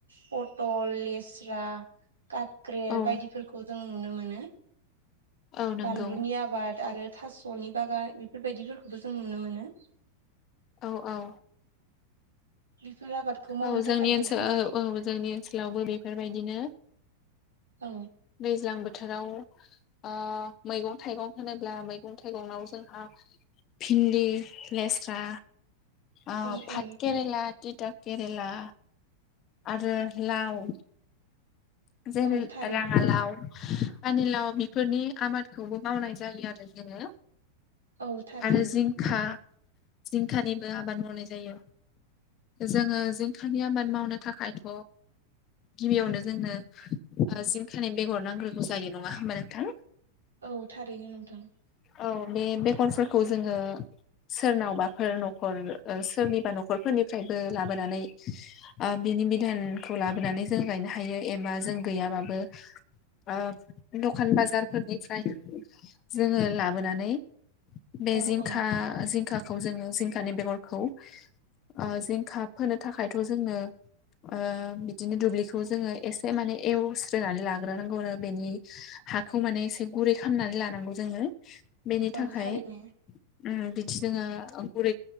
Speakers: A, on the right; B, on the left.
A: पटल लेस्रा काक्रेल
B: औ
A: बायदि जों नुनो मोनो
B: औ नंगौ
A: बानलुनि आबाद आरो थास'नि बागान बेफोरबायदिफोरखौबो जों नुनो मोनो।
B: औ औ
A: बेफोर आबादखौ मावनो
B: औ जोंनि
A: थाखायबो
B: ओनसोल
A: जों
B: औ औ जोंनि ओनसोलावबो बेफोरबायदिनो।
A: औ
B: दैज्लां बोथोराव ओ मैगं थाइगं होनोब्ला मैगं थाइगङाव जोंहा भिन्दि, लेस्रा ओ
A: औ
B: भात
A: औ
B: केरेला, टिटा केरेला, आरो लाव। जेरै
A: औ थारैनो
B: राङालाव। पानिलाव बेफोरनि आबादखौबो मावनाय जायो आरो जोङो
A: औ थारैनो
B: आरो जिंखा जिंखानिबो आबाद मावनाय जायो। जोङो जिंखानि आबाद मावनो थाखायथ' गिबियावनो जोंनो जिंखानि बेगर नांग्रोगौ जायो नङा होमबा नोंथां?
A: औ थारैनो नोंथां।
B: औ बे बेगरफोरखौ जोङो सोरनावबाफोर न'खर सोरनिबा न'खरफोरनिफ्रायबो लाबोनानै ओ बि नि बिधानखौ लाबोनानै जों गायनो हायो एबा जों गैयाबाबो ओ दखान बाजारफोरनिफ्राय जोङो लाबोनानै बे
A: औ
B: जिंखा
A: औ
B: जिंखा खौ जोङो जिंखानि बेगरखौ ओ जिंखा फोनो थाखायथ' जोंनो ओ बिदिनो दुब्लिखौ जोङो एसे माने एवस्रोननानै लाग्रोनांगौ आरो बेनि हाखौ माने एसे गुरै खालामनानै लानांगौ जोङो बेनि थाखाय
A: औ थारैनो
B: उम बिदि जोङो गुरै